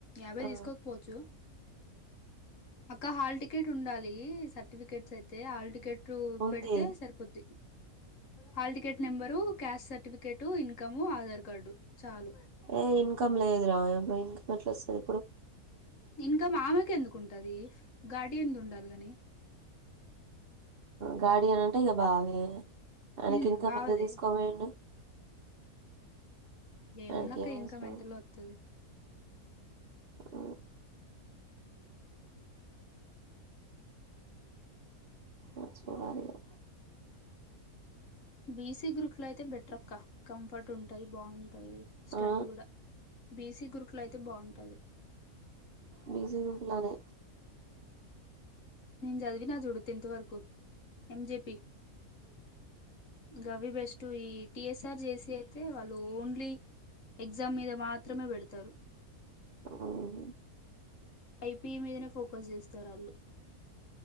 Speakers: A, on the left; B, on the right.
A: యాభై
B: ఆ
A: తీసుకోకపోవచ్చు అక్క హాల్ టికెట్ ఉండాలి సర్టిఫికెట్స్ అయితే హాల్ టికెట్ టూ
B: ఉంది
A: పెడితే సరిపోది hall ticket number caste certificate income Aadhaar card చాలు
B: ఏ ఇన్కమ్ లేదు రా ఇన్కమ్ ఎట్లా వస్తాది
A: ఇన్కమ్ ఆమెకు ఎందుకు ఉంటది గార్డియన్ ది ఉండాలి గాని
B: గార్డియన్ అంటే ఇక బావాదే ఆయనకి
A: ఉమ్
B: ఇన్కమ్
A: బావదే
B: ఎందుకు తీసుకోబోయిండు
A: ఏముంది
B: ఆయనకి
A: అక్క
B: ఏం అవసరం
A: ఇంకా ఎంతలో వస్తది
B: ఆ ఆ చూడాలి ఇగా
A: బీయిసీ గురుకుల్ అయితే బెటర్ అక్క కంఫర్ట్ ఉంటది బాగుంటది స్టడీ
B: ఆ
A: కూడా బేసీ గురుకులు అయితే బాగుంటది
B: బీయిసి గురుకులోనే
A: నేను చదివినా చూడు టెన్త్ వరకు ఎంజెపి గవి బెస్ట్ ఈ టిఎస్ఆర్ జేసి అయితే వాళ్ళు ఓన్లీ ఎగ్జామ్ మీద మాత్రమే పెడతారు
B: ఆమ్
A: ఐపీ మీదనే ఫోకస్ చేస్తారు వాళ్ళు